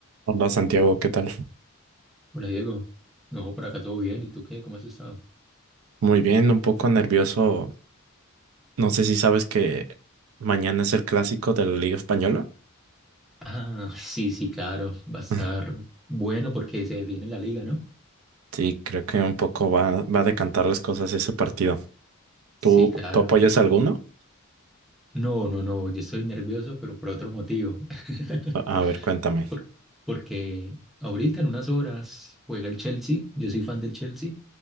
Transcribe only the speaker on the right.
Hola Santiago, ¿qué tal?
Muy bien, un poco nervioso. No sé si sabes que mañana es el clásico de la Liga Española.
<laughs>
Sí, creo que un poco va, va a decantar las cosas ese partido.
¿Tú,
tú apoyas a alguno?
A, a ver, cuéntame.